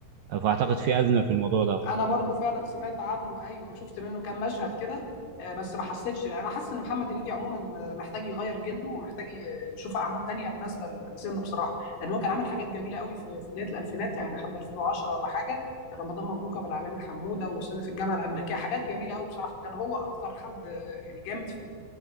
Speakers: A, on the right (about 75°); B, on the left (about 85°).
A: آه، فاعتقد في ازمه في الموضوع ده
B: انا برضو فعلا سمعت عنه ايوه شفت منه كام مشهد كده آه، بس ما حسيتش لأ، انا حاسس ان محمد هنيدي عموما آه، محتاج يغير جلده ومحتاج ي- يشوف اعمال تانية مناسبه ل- لسنه بصراحه لان هو كان عامل حاجات جميله قوي في في بدايه الالفينات يعني لحد 2010 ولا حاجه يعني رمضان مبروك ابو العلمين حموده وصعيدي في الجامعه الامريكيه حاجات جميله قوي بصراحه وكان هو اكتر حد آه، يعني جامد في